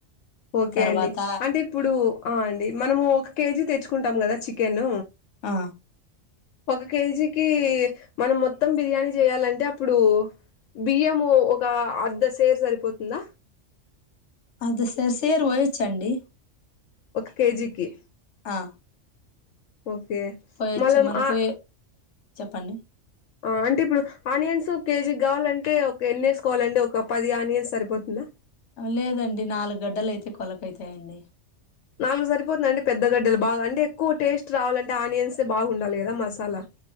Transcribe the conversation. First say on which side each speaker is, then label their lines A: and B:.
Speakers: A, on the left (about 80°); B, on the left (about 70°).
A: ఓకే
B: తర్వాత
A: అండి అంటే ఇప్పుడు ఆ అండి మనము ఒక కేజీ తెచ్చుకుంటాం కదా చికెన్
B: ఆ
A: ఒక కేజీకి మనం మొత్తం బిర్యానీ చేయాలంటే అప్పుడు బియ్యం ఒక అర్థ సేర్ సరిపోతుందా
B: అర్ధ సేరు సేరు పోయచ్చండి
A: ఒక కేజీకి
B: ఆ
A: ఓకే
B: పోయచ్చు
A: మళ్ళం
B: మనకు
A: ఆ
B: ఎ చెప్పండి
A: ఆ అంటే ఇప్పుడు ఆనియన్స్ కేజీ గావాలంటే ఒక ఎన్ని వేసుకోవాలండి ఒక పది ఆనియన్స్ సరిపోతుందా
B: లేదండి నాలుగు గడ్డలయితే కొల్లక అయితాయండి
A: నాలుగు సరిపోతుందండి పెద్దగడ్డలు బాగ అంటే ఎక్కువ టేస్ట్ రావాలంటే ఆనియన్సే బాగుండాలి కదా మసాలా